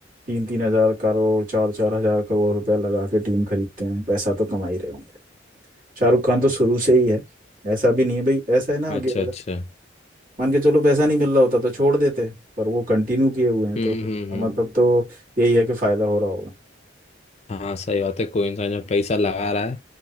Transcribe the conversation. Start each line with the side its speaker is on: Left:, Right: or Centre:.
Right: तीन तीन हजार करोड़ चार चार हजार करोड़ रुपया लगा के टीम खरीदते हैं पैसा तो कमा ही रहे होंगे शाहरुख खान तो शुरू से ही है ऐसा भी नहीं है भाई ऐसा है ना आगे
Left: अच्छा अच्छा
Right: मान के चलो पैसा नहीं मिल रहा होता तो छोड़ देते पर वो कंटिन्यू किए हुए हैं
Left: हम्म
Right: तो इसका
Left: हम्म हम्म।
Right: मतलब तो यही है कि फायदा हो रहा होगा
Left: हाँ सही बात है कोई इंसान जब पैसा लगा रहा है